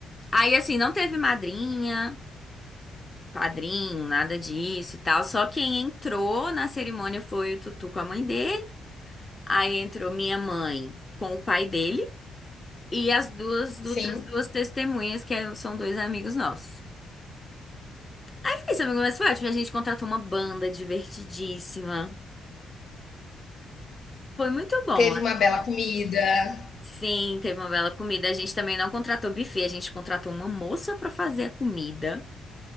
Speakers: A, on the left (about 20°); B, on the left (about 55°).
A: Aí, assim, não teve madrinha, padrinho, nada disso e tal, só quem entrou na cerimônia foi o Tutu com a mãe dele, aí entrou minha mãe com o pai dele, e as duas outras
B: Sim,
A: duas testemunhas, que é- são dois amigos nossos. Mas Foi isso, amigo, mas foi ótimo. A gente contratou uma banda divertidíssima. Foi muito bom.
B: teve uma bela comida.
A: Sim, teve uma bela comida. A gente também não contratou buffet, a gente contratou uma moça pra fazer a comida.